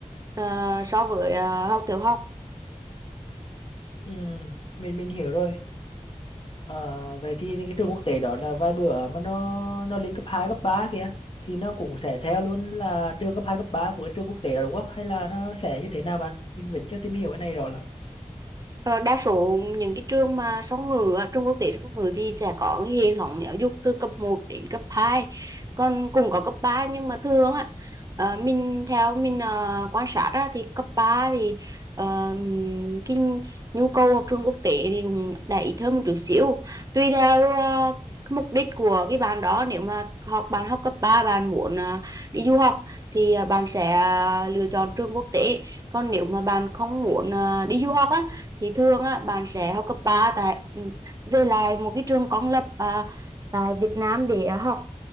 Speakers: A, on the right (about 30°); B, on the left (about 45°).
A: ờ, so với ờ, học tiểu học
B: ừ, mình mình hiểu rồi Ờ, vậy thì những cái trường quốc tế đó là vài bữa mà nó nó lên cấp 2 cấp 3 kìa thì nó cũng sẽ theo luôn là trường cấp 2 cấp 3 của cái trường quốc tế đó đúng không? Hay là nó sẽ như thế nào bạn? Mình vẫn chưa tìm hiểu cái này rõ lắm.
A: Ờ, đa số những cái trường mà song ngữ á, trường quốc tế song ngữ thì sẽ có cái hệ thống giáo dục từ cấp một đến cấp 2, còn cũng có cấp 3 nhưng mà thường á ờ, mình theo mình ờ, quan sát á, thì cấp 3 thì ờ, cái nhu cầu học trường quốc tế thì cũng đã ít hơn một chút xíu tùy theo ờ, cái mục đích của cái bạn đó nếu mà học bạn học cấp 3 bạn muốn ờ, đi du học thì ờ, bạn sẽ ờ, lựa chọn trường quốc tế còn nếu mà bạn không muốn ờ, đi du học á thì thường á bạn sẽ học cấp 3 tại ừ, về lại một cái trường công lập à, tại Việt Nam để à, học